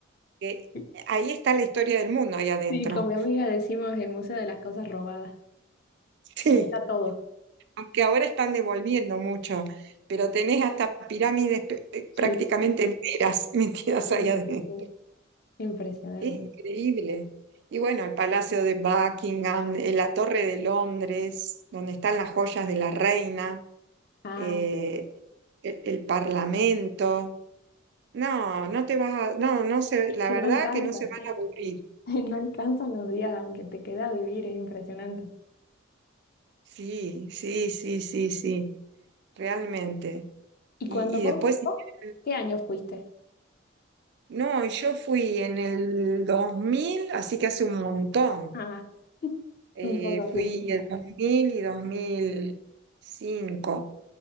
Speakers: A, on the right (about 55°); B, on the left (about 50°).
A: que
B: sí,
A: ahí está la historia del mundo ahí adentro.
B: Sí, con mi amiga
A: <laughs>
B: decimos el Museo de las Cosas Robadas.
A: Sí,
B: Ahí está todo.
A: aunque ahora están devolviendo mucho, pero tenés hasta pirámides eh,
B: Sí,
A: prácticamente enteras <laughs> metidas
B: sí,
A: allá adentro.
B: sí, sí. Impresionante.
A: Increíble. Y bueno, el Palacio de Buckingham, eh, la Torre de Londres, donde están las joyas de la reina,
B: Ah,
A: eh, el, el Parlamento. No, no te vas a, no, no se,
B: es
A: la
B: que
A: verdad
B: no alcanza,
A: que no se van
B: sí.
A: a aburrir.
B: <laughs> No alcanzan los días, aunque te queda vivir, es impresionante.
A: Sí, sí, sí, sí, sí, realmente.
B: ¿Y
A: Y,
B: cuando
A: y
B: vos,
A: después, si
B: vos,
A: quieren-
B: qué año fuiste?
A: no, y yo fui en el 2000, así que hace un montón.
B: Ah, <laughs>
A: Eh,
B: un poco así.
A: fui el 2000 y 2005.